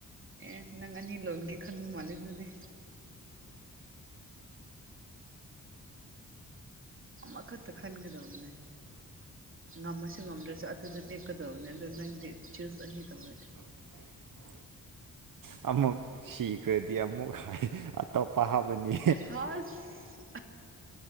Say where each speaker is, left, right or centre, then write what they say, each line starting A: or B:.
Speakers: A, on the right (about 35°); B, on the right (about 70°).
A: ꯑꯦ ꯅꯪ ꯑꯅꯤ ꯂꯣꯟꯒ ꯈꯟꯕ ꯃꯥꯜꯂꯦ ꯑꯗꯨꯗꯤ ꯑꯃꯀꯛꯇ ꯈꯒꯗꯕ ꯃꯅꯤꯅꯦ ꯉꯝꯃꯁꯨ ꯉꯝꯗ꯭ꯔꯁꯨ ꯑꯗꯨꯗ ꯂꯦꯞꯀꯗꯕꯅꯤ ꯑꯗꯨ ꯅꯪꯗꯤ ꯆꯨꯁ ꯑꯅꯤ ꯇꯧꯋꯦ
B: <unintelligible> ꯑꯃꯨꯛ ꯁꯤꯈ꯭ꯔꯗꯤ ꯑꯃꯨꯛ ꯍꯥꯏ ꯑꯇꯣꯞꯄ ꯍꯥꯞꯄꯅꯤ
A: ꯍꯁ